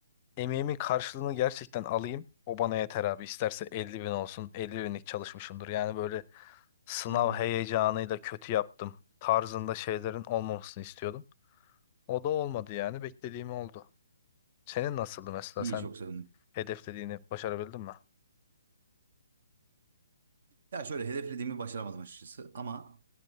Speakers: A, on the left; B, on the right.
A: Emeğimin karşılığını gerçekten alayım. O bana yeter abi. İsterse 50 bin olsun. 50 binlik çalışmışımdır. Yani böyle sınav
B: Hı hı.
A: heyecanıyla kötü yaptım tarzında şeylerin olmamasını istiyordum. O da olmadı yani. Beklediğim oldu. Senin nasıldı mesela?
B: İyi
A: Sen
B: çok sevindim.
A: hedeflediğini başarabildin mi?
B: Ya şöyle hedeflediğimi başaramadım açıkçası ama